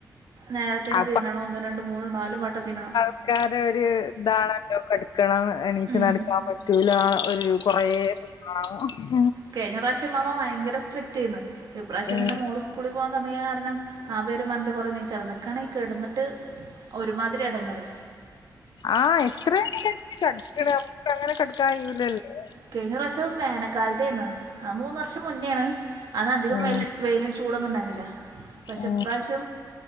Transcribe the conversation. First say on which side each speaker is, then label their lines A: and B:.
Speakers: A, on the right (about 70°); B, on the left (about 80°).
A: നേരത്തെ
B: ആ
A: തിന്നണം. ഒന്ന് രണ്ട് മൂന്ന് നാലും വട്ടം തിന്നണം.
B: ആക്കാര ഒരു ഇതാണല്ലോ കെടുക്കണം എണീച്ച്
A: ഉം
B: നടക്കാൻ പറ്റൂല. ഒ രു കൊറേയെ <unintelligible>
A: കഴ്ഞ്ഞ പ്രാവശ്യം ഉമാമ്മ ഭയങ്കര സ്ട്രിക്റ്റ് ആയിന്ന്. ഇപ്രാവശ്യം
B: ഉം
A: പിന്നേ മോള് സ് സ്കൂളി പോകാൻ തെടങ്ങിയാ ക്കൂളി തൊടങ്ങ്യേ കാരണം ആ പേരും പറഞ്ഞ്ട്ട് കൊറേ നീച്ചടന്ന്. ഇക്കാണെങ്കി കെടന്നിട്ട് ഒരുമാതിരി എടങ്ങറ്
B: ആഹ്. എത്രേന്ന് <unintelligible> ട്ടാ കട്ക്ക്ണ്. നമ്മുക്ക് അങ്ങനെ കട്ക്കാൻ കയ്യൂലല്ലോ.
A: കയ്ഞ്ഞ പ്രാവശ്യം മേ കാലത്തെന്നു അത് മൂന്ന് വർഷം മുന്നേണ്. അന്ന് അധികം
B: ഉം
A: വെയ്ല് വെയിലിന് ചൂടൊന്നും ഉണ്ടായിരുന്നില്ല. പക്ഷേ
B: ഉം
A: ഇപ്പാശ്യം